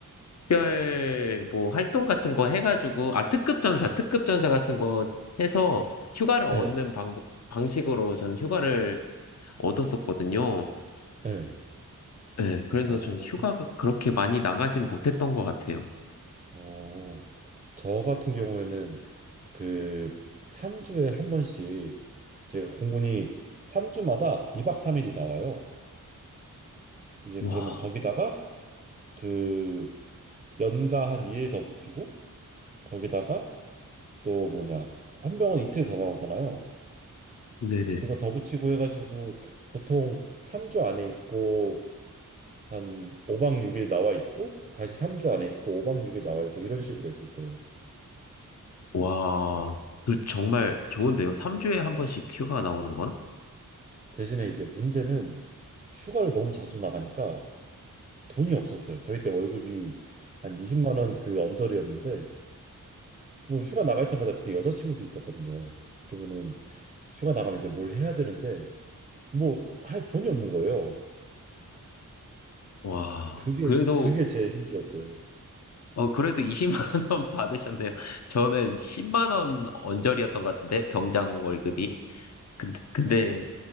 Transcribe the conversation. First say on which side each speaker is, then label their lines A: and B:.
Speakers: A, on the left (about 50°); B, on the right (about 20°).
A: 특별 뭐 활동 같은 거 해가지고, 아, 특급전사, 특급전사 같은 거 해서 휴가를
B: 네,
A: 얻는 방법, 방식으로 저는 휴가를 얻었었거든요.
B: 네.
A: 네, 그래서
B: 어,
A: 저는 휴가가 그렇게 많이 나가진 못했던 것 같아요.
B: 어, 저 같은 경우에는 그 3주에 한 번씩 제가 공군이 3주마다 2박 3일이 나와요. 이제
A: 와,
B: 그러면 거기다가 그 연가 한 2일 더 붙이고 거기다가 또 뭐냐 헌병은 이틀 더 나오잖아요.
A: 네네.
B: 그거 더 붙이고 해가지고 보통 3주 안에 있고 한 5박 6일 나와 있고 다시 3주 안에 있고 5박 6일 나와 있고 이런 식으로 했었어요.
A: 와, 그 정말 좋은데요. 3주에 한 번씩 휴가 나오는 건?
B: 대신에 이제 문제는 휴가를 너무 자주 나가니까 돈이 없었어요. 저희 때 월급이 한 20만 원 그 언저리였는데 뭐 휴가 나갈 때마다 그때 여자친구도 있었거든요. 그러면은 휴가 나가면 이제 뭘 해야 되는데 뭐 할 돈이 없는 거예요.
A: 와,
B: 그게
A: 그래도,
B: 그게 제일 힘들었어요.
A: 어, 그래도 20만 <laughs> 원 받으셨네요. 저는 10만 원 언저리였던 것 같은데, 병장 월급이. 근데, 근데